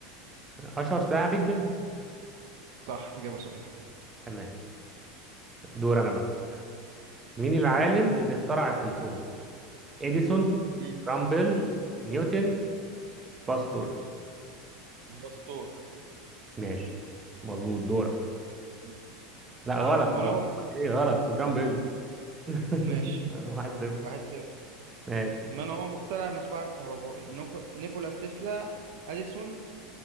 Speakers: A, on the right (about 20°); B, on the right (about 65°).
A: أشهر ساعة بيج بن
B: صح اجابه صحيحه
A: تمام دور أنا بقى مين العالم اللي اخترع التليفون؟ إديسون
B: مم.
A: رامبل
B: مم.
A: نيوتن باستور
B: الباسطور
A: ماشي مظبوط دورك
B: مم.
A: لا غلط
B: من
A: بغلط
B: هو مك...
A: ايه غلط جامب بيل <laughs>
B: ماشي
A: واحد صفر
B: واحد صفر
A: ماشي
B: من هو مخترع المصباح الكهربائي نيكو... نيكولاس تسلا اديسون